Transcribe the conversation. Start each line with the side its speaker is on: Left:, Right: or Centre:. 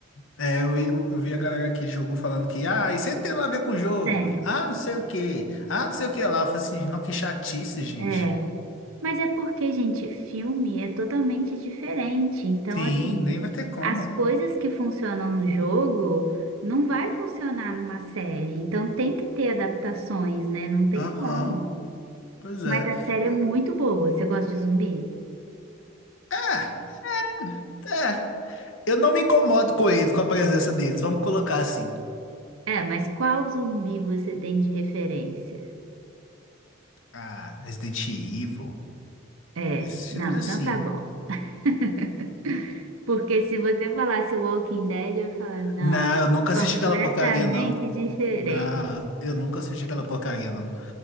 Left: É, eu vi, eu, eu vi a galera que jogou falando que, ah, isso aí não tem nada a ver com o jogo.
Right: Tem.
Left: Ah, não sei o quê. Ah, não sei o que lá. Eu falei assim, não, que chatice, gente.
Right: É. Mas é porque, gente, filme é totalmente diferente. Então,
Left: Sim,
Right: assim,
Left: nem vai ter como,
Right: as
Left: né?
Right: coisas que funcionam no jogo não vai funcionar numa série. Então, tem que ter adaptações, né? Não tem
Left: Aham,
Right: como.
Left: pois
Right: Mas
Left: é.
Right: a série
Left: Eu,
Right: é muito boa. Você gosta de zumbi?
Left: é, é. Eu não me incomodo com eles, com a presença deles. Vamos colocar assim.
Right: É, mas qual zumbi você tem de referência?
Left: Ah, Resident Evil.
Right: É,
Left: Esses filmes
Right: não,
Left: assim.
Right: então tá bom. <laughs> Porque se você falasse Walking Dead, eu ia falar, não,
Left: Não, eu nunca
Right: completamente
Left: assisti aquela porcaria, não.
Right: diferente.
Left: Na, eu nunca assisti aquela porcaria, não.